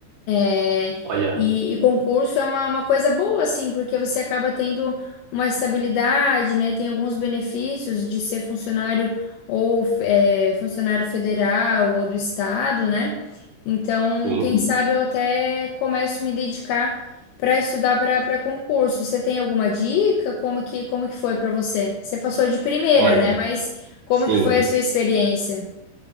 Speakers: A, on the left (about 75°); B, on the right (about 70°).
A: É,
B: Olha,
A: E, e concurso é uma, uma coisa boa, assim, porque você acaba tendo uma estabilidade, né? Tem alguns benefícios de ser funcionário ou é, funcionário federal ou do estado, né? Então,
B: sim,
A: quem sabe eu até começo a me dedicar para estudar para para concurso. Você tem alguma dica? Como que, como que foi para você? Você passou de primeira,
B: olha,
A: né? Mas como
B: sim.
A: que foi a sua experiência?